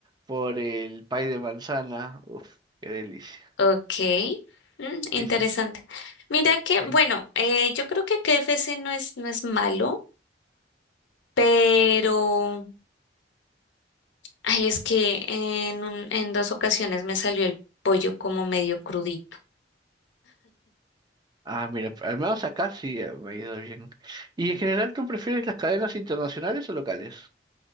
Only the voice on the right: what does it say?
por el pay de manzana. Uf, qué delicia.
Sí, sí, sí.
sí.
Ah, mira, al menos acá sí eh, me ha ido bien. ¿Y en general tú prefieres las cadenas internacionales o locales?